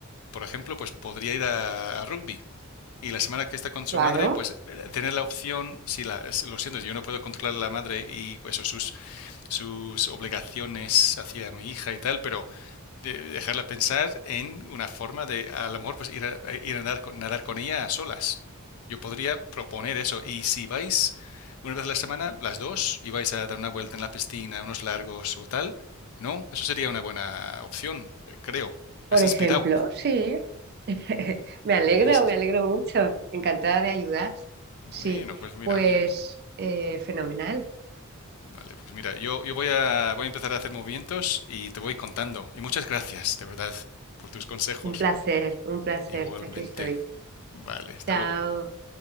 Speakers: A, on the left; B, on the right.
A: por ejemplo, pues podría ir a, a rugby. Y la semana que está con su
B: claro,
A: madre, pues eh, tener la opción, si la, si- lo siento, yo no puedo controlar a la madre y pues, sus, sus obligaciones hacia mi hija y tal, pero de- dejarla pensar en una forma de a lo mejor pues ir a, eh, ir a nadar, nadar con ella a solas. Yo podría proponer eso. Y si vais una vez a la semana, las dos, y vais a dar una vuelta en la piscina, unos largos o tal, no, eso sería una buena opción, creo.
B: por
A: Me has
B: ejemplo,
A: inspirado.
B: sí. <laughs> Me alegro,
A: Me has- inspirado.
B: me alegro mucho. Encantada de ayudar.
A: Bueno,
B: Sí,
A: pues mira,
B: pues
A: yo,
B: eh, fenomenal.
A: vale, pues mira, yo, yo voy a, voy a empezar a hacer movimientos y te voy contando. Y muchas gracias, de verdad, por tus consejos.
B: Un placer, un placer.
A: Igualmente.
B: Aquí estoy.
A: Vale, hasta
B: Chao,
A: luego.